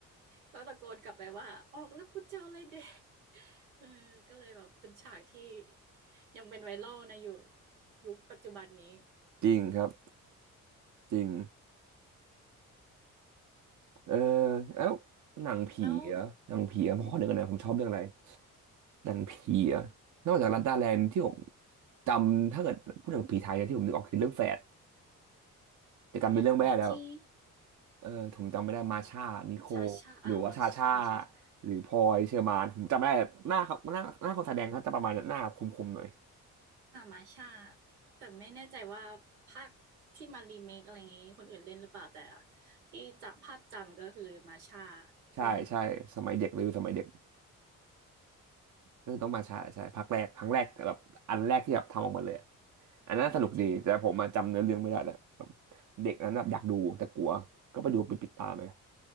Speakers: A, on the right; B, on the right.
A: ก็ตะโกนกลับไปว่าออกแล้วกูจะเอาอะไรเด็กเออก็เลยแบบเป็นฉากที่ยังเป็นไวรัลนะอยู่ยุคปัจจุบันนี้
B: จริงครับจริง เออแล้วหนังผีเหรอหนังผีเหรอผมขอนึกก่อนนะผมชอบเรื่องอะไร
A: แล้ว
B: หนังผีเหรอนอกจากลัดดาแลนด์ที่ผมจำถ้าเกิดพูดถึงผีไทยนะที่ผมนึกออกคือเรื่องแฝดแต่จำเป็นเรื่องไม่ได้แล้ว
A: แปดอ๋อที่
B: เออผมจำไม่ได้มาชานิโค
A: ชาชาอามาชาชาชา
B: หรือว่าชาชาหรือพลอยเชอร์มานผมจำไม่ได้หน้าครับหน้าหน้าคนแสดงเขาจะประมาณหน้าคมๆหน่อย
A: อ่ามาชาแต่ไม่แน่ใจว่าภาคที่มารีเมคอะไรอย่างนี้คนอื่นเล่นหรือเปล่าแต่ที่จะภาพจำก็คือมาชา
B: ใช่ใช่สมัยเด็กเลยสมัยเด็ก
A: เล่น
B: เรื่องต้องมาใช้าใช่ภาคแรกครั้งแรกแบบอันแรกที่แบบทำออกมาเลยอะอันนั้นสนุกดีแต่ผมมาจำเนื้อเรื่องไม่ได้แล้วแบบ
A: อ่าที่เป็น
B: เด็กนั้นแบบอยากดูแต่กลัวก็ไปดูไปปิดตาเลย